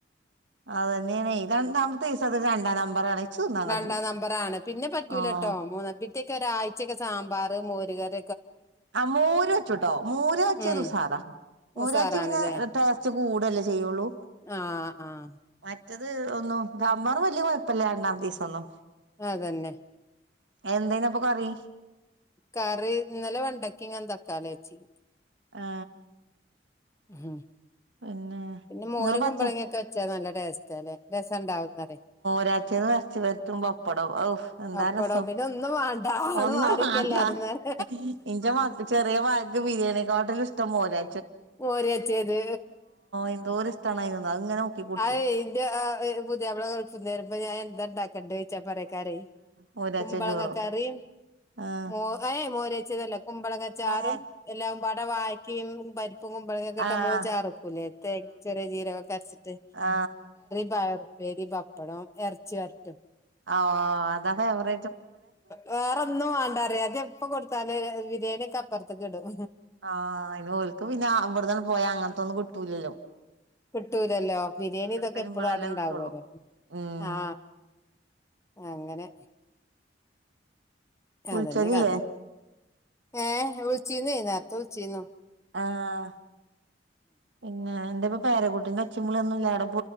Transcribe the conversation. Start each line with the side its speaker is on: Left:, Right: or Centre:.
Right: അത് തന്നെയാണ് രണ്ടാമത്തെ ദിവസതു രണ്ടാം നമ്പറാണ് ഇച്ച് തിന്നാൻ
Left: രണ്ടാം
Right: കജൂല
Left: നമ്പറ ആണ് പിന്നെ പറ്റൂലട്ടോ
Right: ആഹ്
Left: മൂന്നപ്പറ്റൊക്കെ ഒരാഴ്ചക്കെ സാമ്പാർ മോരുകര
Right: ആ മൂര വച്ചുട്ടോ മൂര വച്ചേ
Left: ഉം
Right: ദസാറാ മൂരാഴ്ച
Left: ഉസാറാണല്ലേ
Right: പിന്നെ ടേറ്റ് കൂടല്ലേ ചെയ്യുള്ളൂ
Left: ആഹ് ആഹ്
Right: മ മറ്റേത് ഒന്നും സാബാർ വല്യ കുഴപ്പമല്ല രണ്ടാമത്തെ ദീസം ഒന്നും
Left: അതന്നെ
Right: എന്തനപ്പൊ കറി
Left: കറി ഇന്നലെ വണ്ടക്കി ഇങ്ങ തക്കാളി വച്ചി
Right: ആ
Left: ഉം
Right: പിന്നെ
Left: പിന്നെ മോരും
Right: ഇങ്ങ പച്ച
Left: കുമ്പളങ്ങൊക്കെ വെച്ചാ നല്ല ടേസ്റ്റാല്ലേ രസണ്ടാവുന്നറിം
Right: പച്ചത് കച്ച് പറ്റും പപ്പടം ഓ എന്താ
Left: പപ്പടം
Right: രസം
Left: പിന്നെ ഒന്നും വാണ്ട ആണ്
Right: ഒന്നും
Left: മാറിക്ക
Right: വണ്ട
Left: എല്ലാരുംന്നറിം
Right: എ ന്റെ ചെറിയ മകൾക്ക് ബിരിയാണിക്കാട്ടില് ഇഷ്ടം മോരാ
Left: മോര് കാച്ചിയത്
Right: എന്തോര് ഇഷ്ടാണ് അയിനൊന്ന് അത് ഇങ്ങനെ മുക്കി കുടിച്ചും
Left: അ ഇതെ പുതിയാപ്പ ള ഗൾഫിനു വ രുമ്പോ ഞാൻ എന്താ ഉണ്ടാക്കണ്ടേ ന്ന് ചോച്ചാ പറ കറി
Right: മൂരാച്ചിയും
Left: കുമ്പളക
Right: ചോറും
Left: കറി
Right: ആഹ്
Left: മോ ഏ മോരേച്ചതല്ലേ കുമ്പളങ്ങച്ചാറും
Right: ഏഹ്
Left: എല്ലാം അവിടെ വായക്കയും പരിപ്പും കുമ്പളങ്ങ ഒക്കെട്ട്
Right: ആഹ്
Left: നമ്മ ചാറക്കൂലേ തേങ്ങ ചെറിയ ജീരകൊക്കെ അരച്ചിട്ട്
Right: ആ
Left: പ യർപ്പേരി പപ്പടം ഇറച്ചി വ രട്ടും
Right: ആ അതെ അവവറ
Left: വേറെൊന്നും വേണ്ടാറിയ അത് എപ്പൊ കൊടുത്താല് ബിരിയാണിയക്കെ അപ്പുറത്തക്ക ഇടും
Right: ആഅയിന് ക്ക് പിന്നെ ഇവിടെന്നന്നെ പോയാ അങ്ങനത്തൊന്നും കിട്ടൂല്ലല്ലോ
Left: കിട്ടൂലല്ലോ ബിരിയാണി ഇതൊക്കെ
Right: വരുമ്പളല്ലേ
Left: എപ്പഴും അടെണ്ടാവല്ലോ
Right: കിട്ടുള്ളൂ ഉം
Left: ആ അങ്ങനെ അ
Right: വിളിച്ചലില്ലേ
Left: തെന്നെ കഥ ആ വിളിച്ചിനെ നേർത്ത വിളിച്ചിനോ
Right: ആഹ് പിന്നെ എന്റെപ്പ പേരക്കുട്ടിന്റെ ഒച്ചിമളിയൊന്നും ഇല്ലവി